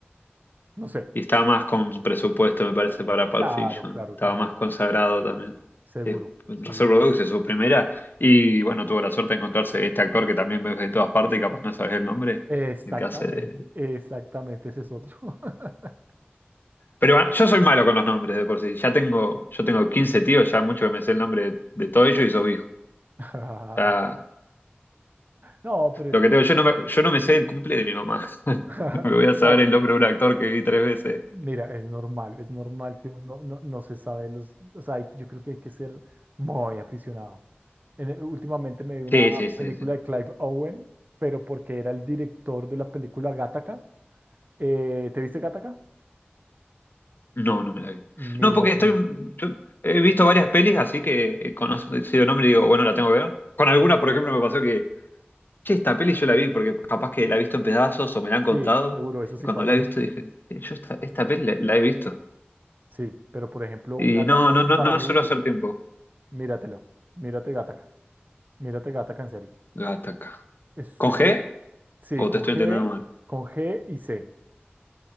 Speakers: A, on the right (about 45°); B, on the left (about 55°).
A: no sé.
B: Y estaba más con presupuesto, me parece, para Pulp
A: Claro,
B: Fiction.
A: claro,
B: Estaba
A: también,
B: más consagrado también.
A: seguro,
B: Eh, Reservoir
A: seguro, seguro.
B: Dogs es su primera. Y bueno, tuvo la suerte de encontrarse este actor que también ves en todas partes y capaz no sabes el nombre.
A: Exactamente,
B: El que hace de-
A: exactamente, ese es otro. <laughs>
B: Pero bueno, yo soy malo con los nombres de por sí. Ya tengo, yo tengo 15 tíos, ya mucho que me sé el nombre de, de todos ellos y sos hijo.
A: <laughs>
B: Ya,
A: No, pero es
B: lo
A: que
B: que tengo, yo no me, yo no me sé el cumple de mi mamá. <laughs>
A: <laughs>
B: Me voy a saber
A: No,
B: el nombre de un actor que vi tres veces.
A: mira, es normal, es normal que uno no, no se sabe los, o sea, hay- yo creo que hay que ser muy aficionado. En el- últimamente me vi una
B: Sí, sí, sí,
A: película
B: sí.
A: de Clive Owen, pero porque era el director de la película Gattaca. Eh, ¿te viste Gattaca?
B: No, no me la vi.
A: Mírate.
B: No, porque estoy. yo he visto varias pelis, así que eh, conozco decido nombre y digo, bueno, la tengo que ver. Con algunas, por ejemplo, me pasó que, che, esta peli yo la vi, porque capaz que la he visto en pedazos o me la han contado.
A: Sí, seguro, eso sí
B: Y cuando
A: pasa
B: la he
A: mucho.
B: visto dije, "Eh, yo esta, esta peli la, la he visto.
A: Sí, pero por ejemplo,
B: Y
A: Gattaca
B: no, no, no,
A: para
B: no
A: mí,
B: suelo
A: uf,
B: hacer tiempo.
A: míratelo, mírate Gattaca, mírate Gattaca en serio.
B: Gattaca.
A: Es súper,
B: ¿Con G?
A: sí,
B: ¿O
A: con
B: te estoy
A: G,
B: entendiendo mal?
A: con G y C,